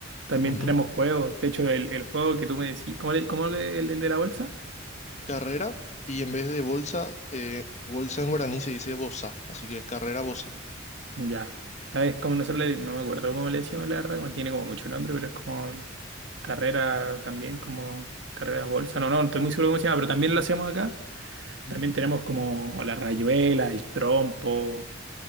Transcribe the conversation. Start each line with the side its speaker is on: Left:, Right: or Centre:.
Right: también
Left: Ujú.
Right: tenemos juegos. De hecho, el, el juego que tú me decís, ¿cómo le, cómo le- el, el de la bolsa?
Left: Carrera, y en vez de bolsa, eh, bolsa en guaraní se dice bosa, así que es carrera bosa.
Right: Ya. Ah, Es como nosotros le, no me acuerdo cómo le decimos, la verdad, como tiene como mucho nombre, pero es como carrera también, como carrera bolsa. no No, no, estoy muy seguro cómo se llama, pero también lo hacemos acá. También
Left: Ujú.
Right: tenemos como la rayuela, el trompo.